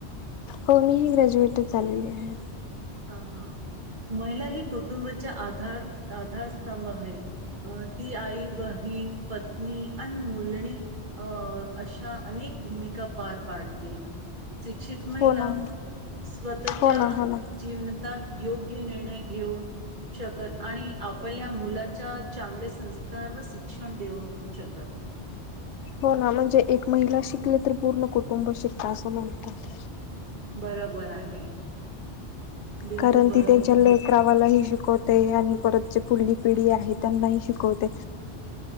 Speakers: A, on the left; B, on the right.
A: हो मी ही ग्रॅज्युएटच झालेली आहे
B: हा महिला ही कुटुंबाच्या आधार आधारस्तंभ आहे, अ ती आई, बहीण, पत्नी आणि मुलणी अं अशा अनेक भूमिका पार पाडते. शिक्षित महिला
A: हो ना
B: स्वतःच्या
A: हो ना हो ना.
B: जीवनतात योग्य निर्णय घेऊन शकत आणि आपल्या मुलांच्या चांगले संस्कार व शिक्षण देऊन शकत
A: हो ना म्हणजे एक महिला शिकली तर पूर्ण कुटुंब शिकतं असं म्हणतात
B: बरोबर आहे बिलकुल
A: कारण
B: बरोबर.
A: ती त्य लेकरावालाही शिकवत ते आणि परत जे फुढली पिढी आहे त्यांना ही शिकवते